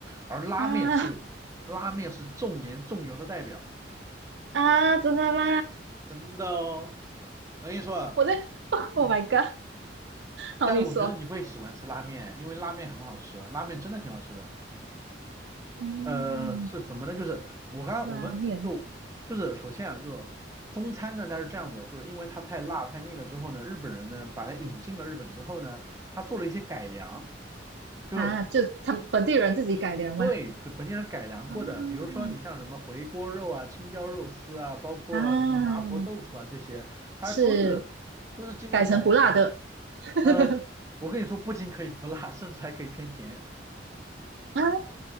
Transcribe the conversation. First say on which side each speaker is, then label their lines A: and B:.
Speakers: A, on the right (about 15°); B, on the right (about 70°).
A: 而拉面是拉面是重盐重油的代表。
B: 啊啊，真的吗？
A: 真的哦。我跟你说啊，
B: 我在 <laughs>，Oh
A: 嗯，
B: my god！好，
A: 但是我觉得你会喜欢吃拉面，
B: 你说，
A: 因为拉面很好吃，拉面真的挺好吃的。
B: 嗯，
A: 呃，是怎么呢？就是我刚刚我们就就是首先啊，
B: 拉面。
A: 就中餐呢它是这样子，就是因为它太辣太那个之后呢，日本人呢把它引进了日本之后呢，他做了一些改良，就
B: 啊，就他们本地人自己改良吗？
A: 对跟本地人改良过的，
B: 啊
A: 比如说你像什么回锅肉啊、青椒肉丝啊，包括什么麻婆豆腐啊这些，
B: 啊，
A: 它都是都是经过改良的。
B: 是改成不辣的 <laughs>
A: 呃，我跟你说，不仅可以不辣，甚至还可以偏甜。
B: 啊！